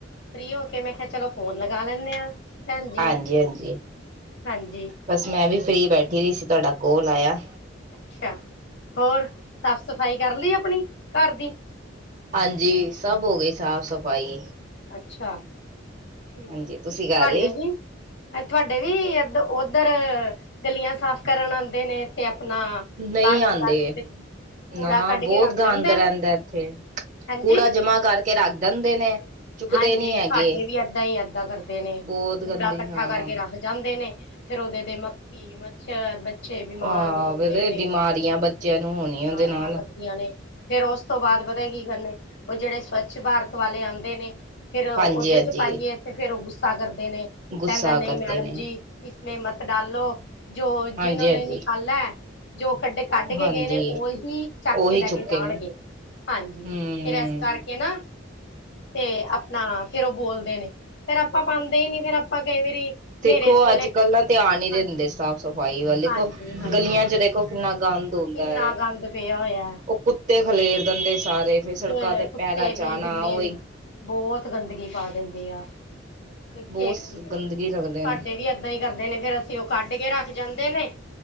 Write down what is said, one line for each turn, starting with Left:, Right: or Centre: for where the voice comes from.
Left: ਫ੍ਰੀ ਹੋ ਕੇ ਮੈਂ ਕਿਹਾ ਚਲੋ ਫੋਨ ਲਗਾ ਲੈਣੇ ਆ ਭੈਣ ਜੀ
Right: ਹਾਂਜੀ
Left: ਨੂੰ।
Right: ਹਾਂਜੀ
Left: ਹਾਂਜੀ
Right: ਬਸ ਮੈਂ ਵੀ ਫਰੀ ਬੈਠੀ ਹੋਈ ਸੀ ਤੁਹਾਡਾ ਕੋਲ ਆਇਆ।
Left: ਅੱਛਾ, ਹੋਰ ਸਾਫ਼-ਸਫ਼ਾਈ ਕਰ ਲਈ ਆਪਣੀ ਘਰ ਦੀ।
Right: ਹਾਂਜੀ ਸਭ ਹੋ ਗਈ ਸਾਫ਼-ਸਫ਼ਾਈ।
Left: ਅੱਛਾ, ਠੀਕ
Right: ਹਾਂਜੀ
Left: ਏ,
Right: ਤੁਸੀਂ ਕਰ
Left: ਤੁਹਾਡੇ
Right: ਲਈ
Left: ਵੀ। ਤੁਹਾਡੇ ਵੀ ਇਧ ਉਧਰ ਗਲੀਆਂ ਸਾਫ਼ ਕਰਨ ਆਦੇ ਨੇ ਤੇ ਆਪਣਾ।
Right: ਨਹੀਂ
Left: ਬਾਹਰ
Right: ਆਂਦੇ।
Left: ਕੂੜਾ ਕੂੜਾ
Right: ਨਾ
Left: ਕੱਢ
Right: ਬਹੁਤ
Left: ਕੇ ਰੱਖ
Right: ਗੰਦ
Left: ਜਾਂਦੇ ਨੇ
Right: ਰਹਿੰਦਾ ਇੱਥੇ
Left: ਹਾਂਜੀ।
Right: ਕੂੜਾ ਜਮਾ ਕਰਕੇ ਰੱਖ ਦਿੰਦੇ ਨੇ। ਚੁੱਕਦੇ
Left: ਹਾਂਜੀ,
Right: ਨੀ ਹੈਗੇ
Left: ਸਾਡੇ ਵੀ ਏਦਾਂ ਹੀ ਏਦਾਂ ਕਰਦੇ ਨੇ
Right: ਬਹੁਤ
Left: ਕੂੜਾ
Right: ਗੰਦੀ
Left: ਇਕੱਠਾ
Right: ਹਾਂ
Left: ਕਰਕੇ ਰੱਖ ਜਾਂਦੇ ਨੇ। ਫਿਰ ਉਹਦੇ ਦੇ ਮੱਖੀ, ਮੱ- ਛਰ ਬੱਚੇ ਬਿਮਾਰ
Right: ਆਹ
Left: ਹੁੰਦੇ
Right: ਵੀਰੇ
Left: ਨੇ।
Right: ਬਿਮਾਰੀਆਂ ਬੱਚਿਆਂ
Left: ਬਿਮਾਰੀਆਂ
Right: ਨੂੰ ਹੋਣੀ ਉਹਦੇ ਨਾਲ
Left: ਲੱਗ‌ ਜਾਂਦੀਆ ਨੇ। ਫਿਰ ਉਸ ਤੋਂ ਬਾਅਦ ਪਤਾ ਕੀ ਕਰਨੇ ਉਹ ਜਿਹੜੇ ਸਵੱਛ ਭਾਰਤ ਵਾਲੇ ਆਦੇ ਨੇ ਫਿਰ ਓਦੇ
Right: ਹਾਂਜੀ ਹਾਂਜੀ
Left: ਚ ਪਾਈਏ ਤੇ ਫੇਰ ਉਹ ਗੁੱਸਾ ਕਰਦੇ ਨੇ,
Right: ਗੁੱਸਾ
Left: ਕਹਿੰਦਾ ਨਹੀਂ
Right: ਕਰਦੇ
Left: ਮੈਡਮ
Right: ਨੇ
Left: ਜੀ। ਇਸਮੇ ਮਤ ਡਾਲੋ ਜੋ
Right: ਹਾਂਜੀ-ਹਾਂਜੀ,
Left: ਜਿਨੋ ਨੇ ਨਿਕਾਲਾ ਜੋ ਕੱਢੇ ਕੱਢ ਕੇ
Right: ਹਾਂਜੀ ਹਾਂਜੀ
Left: ਗਏ ਨੇ। ਉਹੀ ਚੱਕ
Right: ਉਹੀ
Left: ਕੇ ਲੈ
Right: ਚੁੱਕੇਗੇ
Left: ਕੇ ਜਾਣਗੇ। ਹਾਂਜੀ
Right: ਹੂੰ
Left: ਫਿਰ ਇਸ ਕਰਕੇ ਨਾ ਤੇ ਆਪਣਾ ਫਿਰ ਉਹ ਬੋਲਦੇ ਨੇ। ਫੇਰ ਆਪਾਂ ਪਾਦੇ ਹੀ ਨੀ ਫਿਰ ਆਪਾਂ ਕਈ ਵਾਰੀ ਹਨੇਰੇ
Right: ਦੇਖੋ
Left: ਇਸ ਵੇਲੇ,
Right: ਅੱਜ-ਕੱਲ ਨਾ ਧਿਆਨ ਨੀ ਦਿੰਦੇ
Left: ਹਾਂਜੀ
Right: ਸਾਫ਼ ਸਫ਼ਾਈ ਵੱਲ ਦੇਖੋ
Left: ਹਾਂਜੀ ਹਾਂਜੀ
Right: ਗਲੀਆਂ ਚ ਦੇਖੋ ਕਿੰਨਾ ਗੰਦ ਹੁੰਦਾ
Left: ਕਿੰਨਾ
Right: ਏ।
Left: ਗੰਦ ਪਿਆ ਹੋਇਆ
Right: ਉਹ ਕੁੱ- ਕੁੱਤੇ ਖਲੇਰ ਦਿੰਦੇ ਸਾਰੇ। ਫਿਰ
Left: ਕੁਝ
Right: ਸੜਕਾਂ ਤੇ
Left: ਕੁੱਤੇ
Right: ਪੈਰਾਂ ਚ
Left: ਵੀ
Right: ਆਨਾ
Left: ਬਿੱਲੇ
Right: ਉਹੀ।
Left: ਵੀ ਬਹੁਤ ਗੰਦਗੀ ਪਾ ਦਿੰਦੇ ਆ ਕੇ
Right: ਬਹੁਤ
Left: ਕਰੀਏ ਕਰੋ।
Right: ਗੰਦਗੀ ਰੱਖਦੇ
Left: ਸਾਡੇ
Right: ਨੇ
Left: ਵੀ ਏਦਾਂ ਹੀ ਕਰਦੇ ਨੇ। ਫਿਰ ਅਸੀ ਉਹ ਕੱਢ ਕੇ ਰੱਖ ਜਾਂਦੇ ਨੇ।